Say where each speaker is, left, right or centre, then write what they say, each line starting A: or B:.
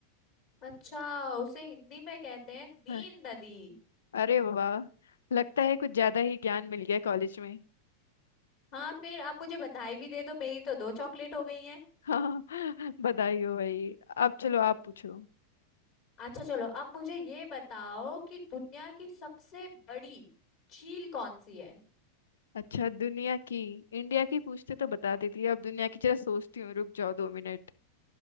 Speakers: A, on the left; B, on the left.
A: अच्छा उसे हिंदी में कहते हैं नील
B: हाँ,
A: नदी
B: अरे वाह लगता है कुछ ज्यादा ही ज्ञान मिल गया कॉलेज में
A: हाँ फिर आप मुझे बधाई भी दे दो मेरी तो दो चॉकलेट हो गई हैं
B: हाँ <laughs> बधाई हो भाई अब चलो आप पूछो
A: अच्छा चलो अब मुझे ये बताओ कि दुनिया की सबसे बड़ी झील कौन सी है
B: अच्छा दुनिया की इंडिया की पूछते तो बता देती अब दुनिया की जरा सोचती हूँ रुक जाओ दो मिनट